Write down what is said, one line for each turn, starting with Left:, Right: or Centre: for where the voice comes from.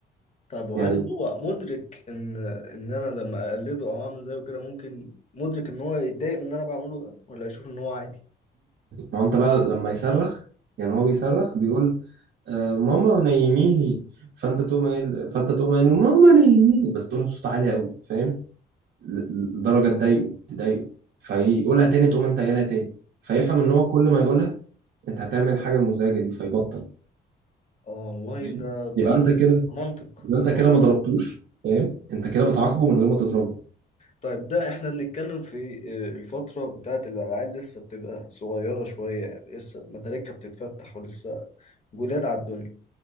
Left: طب وهل
Right: يعني
Left: هو مدرك ان ان انا لما اقلده او اعمل زيه كده ممكن مدرك ان هو يتضايق من اللي انا بعمله ده ولا يشوف ان هو عادي؟
Right: ما هو انت بقى لما يصرخ يعني هو بيصرخ بيقول آه ماما نيميني فانت تقوم قايل فانت تقوم قايل ماما نيميني بس تقولها بصوت عالي قوي فاهم لدرجه تضايقه تضايقه فيقولها تاني تقوم انت قايلها تاني فيفهم ان هو كل ما يقولها انت هتعمل الحاجه المزعجه دي فيبطل
Left: اه والله
Right: فاهم؟
Left: ده
Right: يبقى
Left: ده
Right: انت كده
Left: منطق
Right: يبقى انت
Left: ده منطق
Right: كده ما ضربتوش فاهم انت كده بتعاقبه من غير ما تضربه
Left: طيب ده احنا بنتكلم في آه، الفترة بتاعت الألعاب لسه بتبقى صغيرة شوية يعني لسه مداركها بتتفتح ولسه جداد على الدنيا